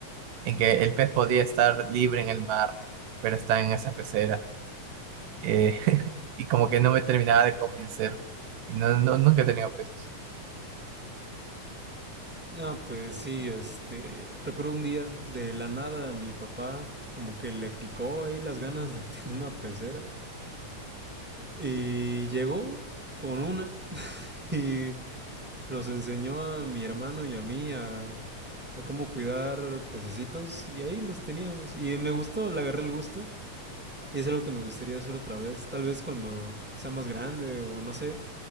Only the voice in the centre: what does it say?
Ah, pues sí, este, recuerdo un día de la nada a mi papá como que le picó ahí las ganas de <laughs> tener una pecera y llegó con una y nos enseñó a mi hermano y a mí a, a cómo cuidar pececitos y ahí los teníamos y me gustó, le agarré el gusto Y es algo que me gustaría hacer otra vez, tal vez cuando sea más grande o no sé,